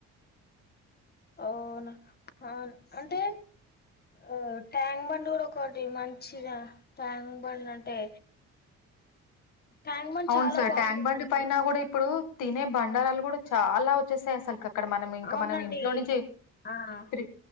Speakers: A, on the left; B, on the left.
A: అవునా హా అంటే ఆ ట్యాంక్ బండ్ గూడా ఒకటి మంచిగా ట్యాంక్ బండ్ అంటే. ట్యాంక్ బండ్
B: అవును
A: చాలా
B: సార్
A: బాగుంటుందండి
B: ట్యాంక్ బండ్ పైనా గూడా ఇప్పుడూ తినే బండారాలు కూడా చాలా వచ్చేసాయి అసలు క ఇక్కడ మనం ఇంక
A: అవునండి
B: మనం ఇంట్లో నుంచ
A: ఆ
B: ప్రి